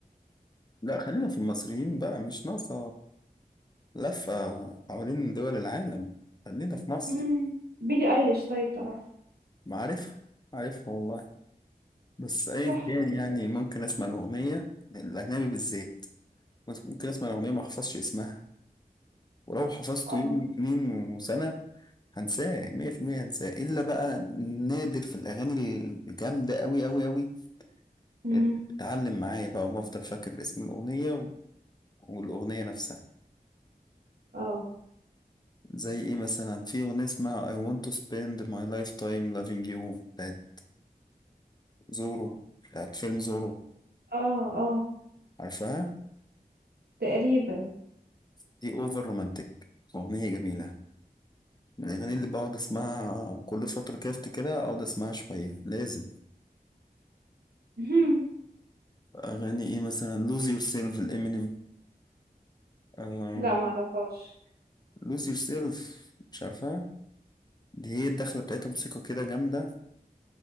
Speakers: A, on the left (about 25°); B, on the right (about 85°).
A: لأ خلينا في المصريين بقى مش ناقصة لفة حوالين دول العالم خلينا في مصر
B: مم. بيلي ايليش طيب تعرف
A: معرفة عارفها والله بس أيا
B: تحفة
A: كان
B: بال-
A: يعني ممكن أسمع الأغنية الأجنبي بالذات ممكن أسمع الأغنية ما أحفظش اسمها ولو حفظته
B: اه
A: يوم اتنين وسنة هنساه مية في المية هنساه إلا بقى نادر في الأغاني الجامدة أوي أوي أوي
B: مم.
A: اللي بتعلم معايا بقى وبفضل فاكر اسم الأغنية والأغنية نفسها
B: اه
A: زي إيه مثلا في أغنية اسمها I want to spend my lifetime loving you بتاعت زورو بتاعت فيلم زورو
B: اه اه
A: عارفها؟
B: تقريبا
A: دي أوفر رومانتك أغنية جميلة من الأغاني اللي بقعد أسمعها كل فترة كده أفتكرها أقعد أسمعها شوية لازم
B: مهم.
A: أغاني إيه مثلا lose yourself الإمينيم آه
B: لا ما اعرفهاش
A: lose yourself مش عارفها دي هي الدخلة بتاعتها موسيقى كده جامدة